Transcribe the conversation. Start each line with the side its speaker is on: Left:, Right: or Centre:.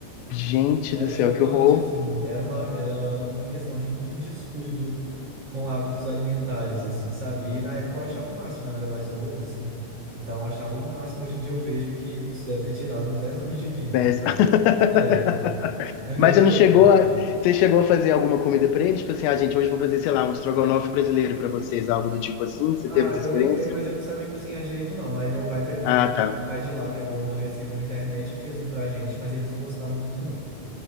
Left: Gente
Right: Era
Left: do céu,
Right: chocante,
Left: que horror.
Right: assim, era uma, era uma questão de muito descuido com hábitos alimentares, assim, sabe? E na época eu achava o máximo, né? Eu era mais novo, assim, então eu achava o máximo. Hoje em dia eu vejo que isso deve ter tirado uns 10 anos de vida,
Left: Péssimo. <laughs>
Right: sério. É meio
Left: Mas você não
Right: chocante.
Left: chegou a... Você chegou a fazer alguma comida pra eles? Tipo assim, ah, gente, hoje eu vou fazer, sei lá, um estrogonofe brasileiro pra vocês, algo do tipo assim? Você
Right: Ah,
Left: teve essa
Right: eu
Left: experiência?
Right: tentei, mas eu não sabia cozinhar direito, não. Aí meu pai pegou
Left: Ah,
Right: uma,
Left: tá.
Right: meu pai de lá pegou uma receita na internet e fez um pra gente, mas eles não gostaram muito, não,